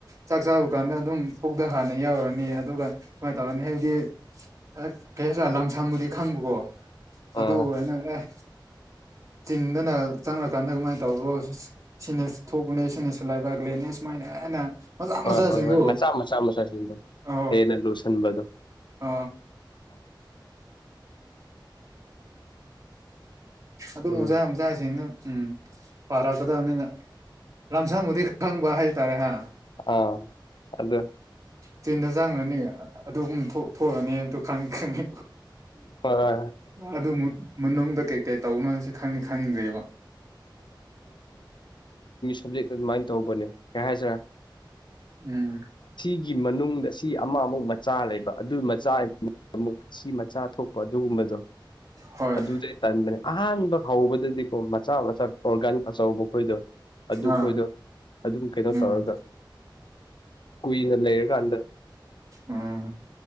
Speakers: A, on the right; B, on the left.
A: ꯆꯥꯛ ꯆꯥꯔ ꯀꯥꯟꯗ ꯑꯗꯨꯝ ꯄꯨꯛꯇꯥ ꯍꯥꯟꯅ ꯌꯥꯎꯔꯅꯤ ꯑꯗꯨꯒ ꯁꯨꯃꯥꯏꯅ ꯇꯧꯔꯅꯤ ꯍꯥꯏꯕꯗꯤ ꯑꯦ ꯀꯩꯔ ꯂꯝ ꯁꯪꯕꯨꯗꯤ ꯈꯪꯕꯀꯣ ꯑꯗꯨ
B: ꯑꯥ
A: ꯅꯪ ꯑꯦ ꯆꯤꯟꯗꯅ ꯆꯪꯉꯀꯥꯟꯗ ꯀꯃꯥꯏꯅ ꯇꯧꯕ꯭ꯔꯣ ꯁꯤꯅꯁꯨ ꯊꯣꯛꯄꯅꯦ ꯁꯤꯅꯁꯨ ꯂꯥꯏꯕ ꯒ꯭ꯂꯦꯅꯦ ꯁꯨꯃꯥꯏꯅ ꯍꯥꯏꯅ ꯃꯆꯥ
B: ꯍꯣꯏ
A: ꯃꯆꯥꯁꯤꯡꯗꯨ
B: ꯍꯣꯏ ꯍꯣꯏ ꯃꯆꯥ ꯃꯆꯥ ꯃꯆꯥꯁꯤꯡꯗꯣ
A: ꯑ
B: ꯍꯦꯟꯅ ꯂꯨꯁꯟꯕꯗꯣ
A: <unintelligible> ꯑꯗꯨ
B: ꯎꯝ
A: ꯃꯖꯥ ꯃꯖꯥꯁꯤꯡꯅ ꯎꯝ ꯄꯥꯔꯛꯀꯗꯕꯅꯤꯅ ꯂꯝꯁꯥꯝꯕꯨꯗꯤ ꯈꯪꯕ ꯍꯥꯏꯇꯥꯔꯦ ꯍꯥ
B: ꯑꯥ ꯑꯗꯨ
A: ꯆꯤꯟꯖ ꯆꯥꯡꯅꯅꯤ ꯑꯗꯨꯨꯝ ꯊꯣꯛꯑꯅꯤꯗ ꯈꯪ ꯈꯅꯤ
B: ꯍꯣꯏ ꯍꯣꯏ
A: ꯑꯗꯨ ꯃꯅꯨꯡꯗ ꯀꯩ ꯀꯩ ꯇꯧꯅꯣ ꯍꯥꯏꯁꯤ ꯈꯪ ꯈꯪꯗ꯭ꯦꯕ
B: ꯁꯞꯖꯦꯛꯇꯨ ꯑꯗꯨꯃꯥꯏꯅ ꯇꯧꯕꯅꯦ ꯀꯩ ꯍꯥꯏꯁꯤꯔ
A: ꯎꯝ
B: ꯒꯤ ꯃꯅꯨꯡꯗ ꯁꯤ ꯑꯃꯃꯨꯛ ꯃꯆꯥ ꯂꯩꯕ ꯑꯗꯨ ꯃꯆꯥ ꯑꯃꯨꯛ ꯁꯤ ꯃꯆꯥ ꯊꯣꯛꯄ ꯑꯗꯨꯒꯨꯝꯕꯗꯣ
A: ꯍꯣꯏ
B: ꯑꯗꯨꯗꯩ ꯇꯟꯕꯅꯦ ꯑꯍꯥꯟꯕ ꯍꯧꯕꯗꯗꯤꯀꯣ ꯃꯆꯥ ꯆ ꯑꯣꫪꯒꯥꯟ ꯑꯆꯧꯕ ꯑꯩꯈꯣꯏꯗꯣ ꯑꯗꯨ
A: ꯑꯥ
B: ꯈꯣꯏꯗꯣ ꯑꯗꯨꯝ ꯀꯩꯅꯣ
A: ꯎꯝ
B: ꯇꯧꯔꯒ ꯀꯨꯏꯅ ꯂꯩꯔꯀꯥꯟꯗ
A: ꯎꯝ